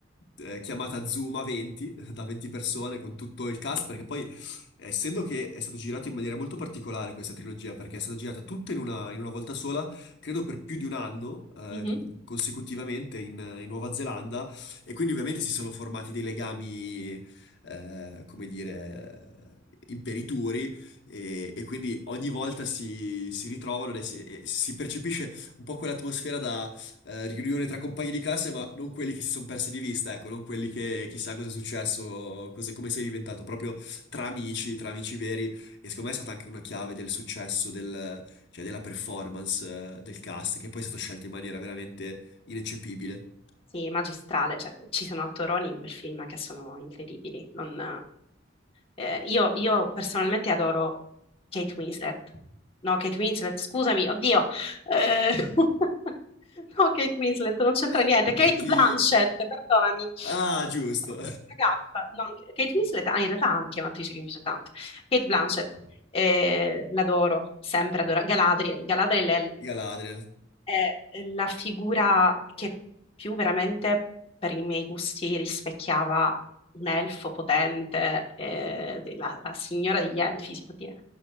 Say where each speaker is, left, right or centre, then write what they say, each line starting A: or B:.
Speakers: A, on the left; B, on the left.
A: eh, chiamata Zoom a 20, <laughs> da 20 persone, con tutto il cast, perché poi, eh, essendo che è stato girato in maniera molto particolare questa trilogia, perché è stata girata tutta in una, in una volta sola, credo per più di un anno, eh,
B: Mhm.
A: consecutivamente in, in Nuova Zelanda, e quindi ovviamente si sono formati dei legami, eh, come dire, imperituri e, e quindi ogni volta si, si ritrovano e si, e si percepisce un po' quell'atmosfera da eh, riunione tra compagni di classe, ma non quelli che si sono persi di vista, ecco, non quelli che chissà cosa è successo, cosa- come sei diventato, proprio tra amici, tra amici veri. E secondo me è stata anche una chiave del successo, del- cioè della performance eh, del cast, che poi è stato scelto in maniera veramente ineccepibile.
B: Sì, magistrale, cioè, ci sono attoroni in quel film che sono incredibili. Non, eh, io, io personalmente adoro Kate Winslet. No, Kate Winslet, scusami, oddio. Eh, <laughs> no, Kate Winslet, non c'entra
A: A,
B: niente. Kate
A: a chi...
B: Blanchett, perdonami.
A: Ah, giusto!
B: Ho fatto una gaffa. No, Kate Winslet, ah, in realtà anche è un'attrice che mi piace tanto. Kate Blanchett, eh, l'adoro, sempre adoro. Galadriel, Galadriel
A: <laughs>
B: è
A: Galadriel.
B: è eh, la figura che più veramente per i miei gusti rispecchiava un elfo potente, eh, la, la signora degli elfi, si può dire.